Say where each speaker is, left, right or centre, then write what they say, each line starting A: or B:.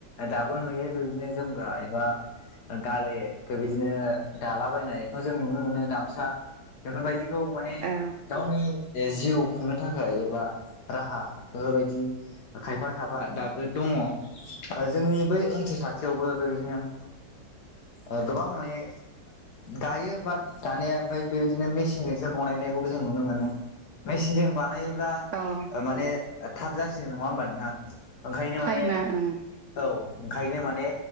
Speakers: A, on the left; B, on the right.
A: दाबो नुयो बेबिदिनो जोमग्रा एबा ओ गाले बेबायदिनो दालाबायनायखौ जों नुनो मोनो। गामसा बेफोरबादिखौ माने
B: औ
A: गावनि जिउ खुंनो थाखाय एबा राहा बेफोरबायदि खायफा खायफा दाबो दङ। ओ जोंनि बै ओनसोल खा खाथियावबो बे बादिनो
B: <inaudible>
A: ओ गोबां माने दायो बाट दानाया ओमफाय बेबायदिनो मेसिनजोंसो बनायनायखौबो जों नुनो मोनो। मेसिनजों बानायोब्ला
B: औ
A: ओ माने ओ थाब जासिनो। नङा होमबा नोंथां? ओंखायनो
B: टाइमा
A: माने
B: ओं
A: औ। ओंखायनो माने